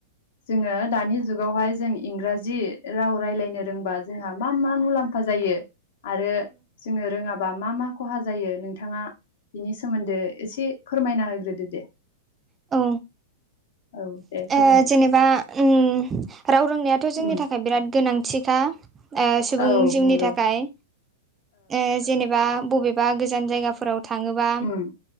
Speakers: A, on the left; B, on the right.
A: जोङो दानि जुगावहाय जों इंराजि राव रायज्लायनो रोंबा जोंहा मा मा मुलाम फा जायो आरो जोङो रोङाबा मा मा खहा जायो नोंथाङा बिनि सोमोन्दै एसे फोरमायना होग्रोदो दे।
B: औ
A: औ दे फोरमायदो
B: ए जेनेबा उम राव रोंनायाथ' जोंनि
A: उम
B: थाखाय बिराद गोनांथिखा। ओ सुबुं
A: औ
B: जिउनि
A: नंगौ
B: थाखाय ओ जेनेबा बबेबा गोजान जायगाफोराव थाङोबा
A: उम